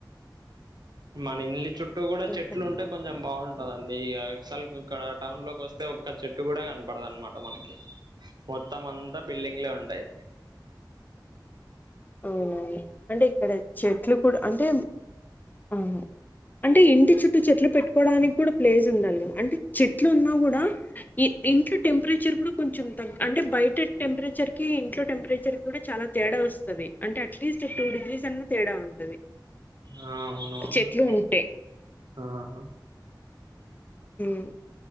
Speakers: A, on the right; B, on the left.
A: మన ఇల్లి చుట్టూ కూడా
B: ఇంకా
A: చెట్లు ఉంటే కొంచెం బాగుం కదండీ అసలు ఇక్కడ టౌన్ లోకి వస్తే ఒక్క చెట్టు కూడా కనపడదనమాట మనకి మొత్తం అంత బిల్డింగ్ లే ఉంటాయి
B: అవునవును అంటే ఇక్కడ చెట్లు కూడా అంటే అవును అంటే ఇంటి చుట్టూ చెట్లు పెట్టుకోవడానికి కూడా ప్లేస్ ఉండాలి కదా అంటే చెట్లు ఉన్నా కూడా ఈ ఇంట్లో టెంపరేచర్ కూడా కొంచెం తక్ అంటే బయట టెంపరేచర్ కి ఇంట్లో టెంపరేచర్ కి కూడా చాలా తేడా వస్తది అంటే అట్లీస్ట్ టూ డిగ్రీస్ అన్నా తేడా ఉంటది
A: ఆ అవునవునాండి
B: చెట్లు ఉంటే
A: ఆ
B: ఉమ్